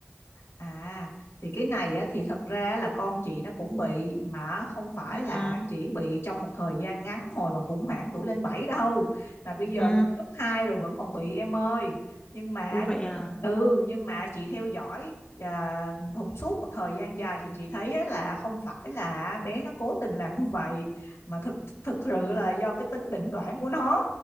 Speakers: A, on the left; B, on the left.
A: À, thì cái này á, thì thật ra là con chị nó cũng bị mà không phải
B: Rồi
A: là
B: à,
A: chỉ bị trong một thời gian ngắn hồi mà khủng hoảng tuổi lên 7 đâu mà bây giờ
B: Ừ,
A: lên cấp 2 rồi vẫn còn bị em ơi nhưng mà
B: ủa vậy à,
A: ừ nhưng mà chị theo dõi à, một suốt một thời gian dài thì chị thấy á, là không phải là bé nó cố tình làm như vậy mà thực thực sự là do cái tính đỉnh đoạn của nó